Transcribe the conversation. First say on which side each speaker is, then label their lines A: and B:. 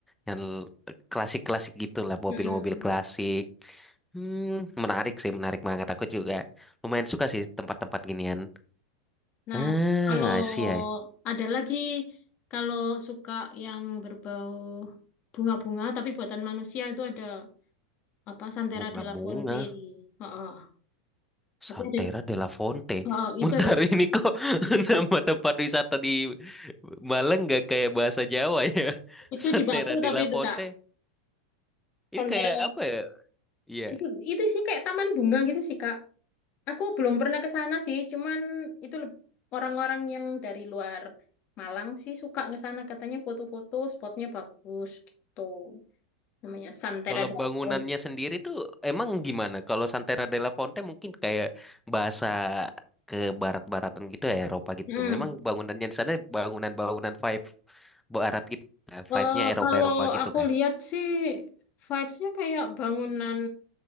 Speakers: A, in the centre; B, on the left.
A: yang klasik-klasik gitulah mobil-mobil
B: mm-mm.
A: klasik. Hmm, menarik sih, menarik banget. Aku juga lumayan suka sih tempat-tempat ginian.
B: Nah,
A: Ah,
B: kalau
A: I see, I see.
B: ada lagi kalau suka yang berbau bunga-bunga tapi buatan manusia itu ada apa Santera
A: Bunga-bunga,
B: della Fonte. Heeh.
A: Santera
B: Tapi ada
A: della Fonte.
B: heeh,
A: <laughs> Bentar
B: itu ada di
A: ini kok <laughs> nama tempat wisata di Malang nggak kayak bahasa Jawa ya? <laughs>
B: itu
A: Santera
B: di Batu
A: della
B: tapi itu
A: Fonte.
B: Kak.
A: Ini
B: Santera
A: kayak apa ya? Iya.
B: itu itu sih kayak taman bunga gitu sih Kak. Aku belum pernah ke sana sih, cuman itu leb- orang-orang yang dari luar Malang sih suka ke sana katanya foto-foto spotnya bagus gitu. Namanya Santera
A: Kalau
B: della
A: bangunannya
B: Fonte.
A: sendiri tuh emang gimana? Kalau Santera della Fonte mungkin kayak bahasa ke barat-baratan gitu ya Eropa gitu.
B: Hmm.
A: Memang bangunannya di sana bangunan-bangunan five barat gitu. ya? Five-nya
B: Eh,
A: Eropa-Eropa
B: kalau
A: gitu
B: aku
A: kan.
B: lihat sih vibes-nya kayak bangunan